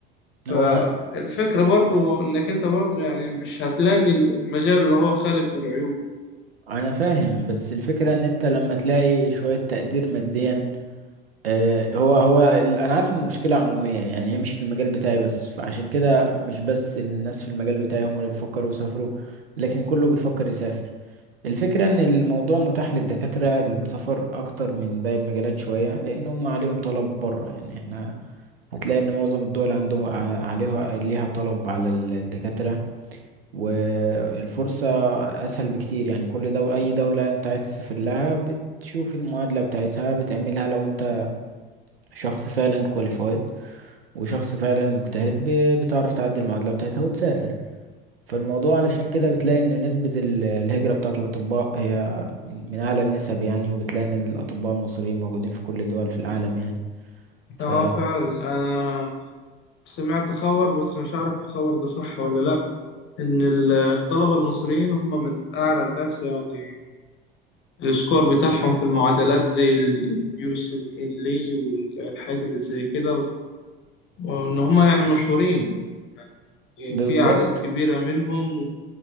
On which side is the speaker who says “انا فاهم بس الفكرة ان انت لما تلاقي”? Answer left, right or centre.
Right